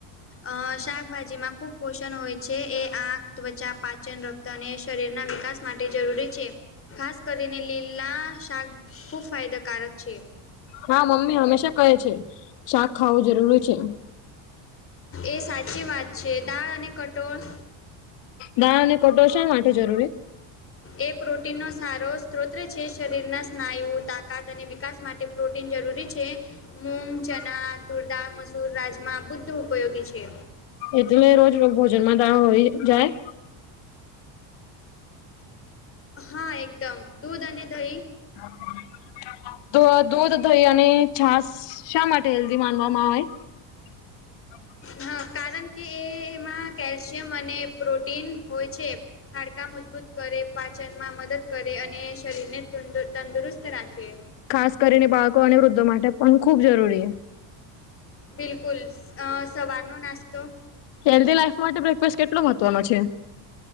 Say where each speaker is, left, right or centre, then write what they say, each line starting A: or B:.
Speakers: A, on the left (about 25°); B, on the left (about 65°).
A: અ શાકભાજીમાં ખુબ પોષણ હોય છે એ આંખ ત્વચા પાચનર તને શરીરના વિકાસ માટે જરૂરી છે. ખાસ કરીને લીલા શાક ખૂબ ફાયદાકારક છે.
B: માં મમ્મી હંમેશા કહે છે શાક ખાવું જરૂરી છે.
A: એ સાચી વાત છે દાળ અને કઠોળ
B: દાળ અને કઠોળ શા માટે જરૂરી.
A: એ પ્રોટીનનો સારો સ્ત્રોત છે શરીરના સ્નાયુ તાકાત અને વિકાસ માટ તે પ્રોટીન જરૂરી છે. મૂગ ચણા તુરદા મસૂર રાજમા બુદ્ધ ઉપયોગી છે.
B: એટલે રોજ <unintelligible> ભોજન માં દાળ હોય જાય.
A: હા એકદમ દૂધ અને દહી
B: <unintelligible> તો દૂધ દહી અને છાસ શા માટે હેલ્ધી માનવામાં આવે. <inaudible>
A: હા કારણ એ એમાં કેલ્શિયમ અને પ્રોટીન હોય છે. હાડકા મજબૂત કરે પાચનમાં મદદ કરે અને શરીરને તંદુ તંદુરસ્ત રાખે.
B: ખાસ કરીને બાળકો અને વૃદ્ધો માટે પણ ખુબ જરૂરી
A: બિલકુલ આ સવારનો નાસ્તો
B: હેલ્ધી લાઈફ માટે બ્રેકફાસ્ટ કેટલો મહત્વનો છે.